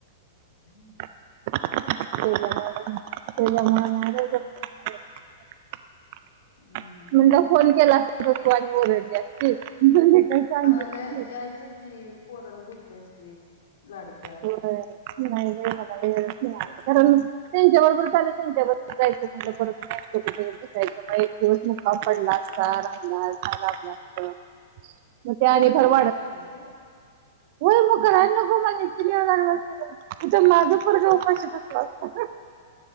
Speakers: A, on the left; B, on the right.
A: हम्म
B: ते ते
A: हम्म
B: म्हटल फोन केला असता तर तू आणखी ओरडली असतीस म्हणजे काय सांगितलं
A: अला यायचं की पोराला भेटली असतीस लाडक्या
B: होय नाही नाही मला वेळच नाही आज कारण त्यांच्याबरोबर लं त्यांच्याबरोबर जायचं म्हणट परत माचं कुठे जायचं एक दिवस मुक्काम पडला असता राहिला मग ते
A: पुढचाच
B: आणि भरवाडत
A: विचार करतेस काय
B: होय मकर नको म चि लागला असत तथ माध पर उपाशी टकला अस